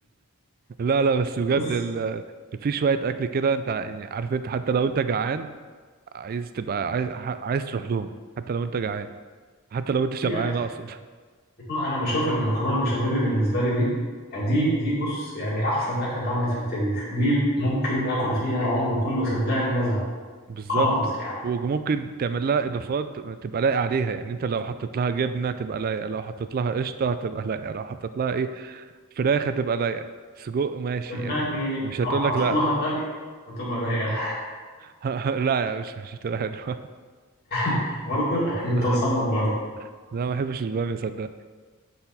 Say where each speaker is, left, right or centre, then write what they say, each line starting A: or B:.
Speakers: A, on the right; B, on the left.
A: لا لا بس بجد
B: بس
A: ال... في شوية أكل كده أنت يعني عارف أنت حتى لو أنت جعان عايز تبقى عايز ح- عايز تروح لهم حتى لو أنت جعان حتى لو أنت شبعان
B: في أكل
A: أقصد <laughs>
B: انا بشوف ان المكرونه البشاميل بالنسبه لي دي يعني دي دي بص يعني احسن اكله اتعملت في التاريخ دي ممكن اكل فيها العمر كله صدقني ما ازهق
A: بالظبط
B: خالص يعني
A: وممكن تعمل لها إضافات تبقى لايقة عليها يعني أنت لو حطيت لها جبنة تبقى لايقة لو حطيت لها قشطة هتبقى لايقة لو حطيت لها إيه فراخ هتبقى لايقة سجق ماشي
B: صدقني
A: يعني مش
B: لو
A: هتقول لك
B: حطيت
A: لا
B: لها بامي هتبقى رايقه
A: <laughs> لا يا مش مش هتقول لها لا
B: <laughs> برضه انت
A: <laughs>
B: مصمم برضه
A: لا ما بحبش البامية صدق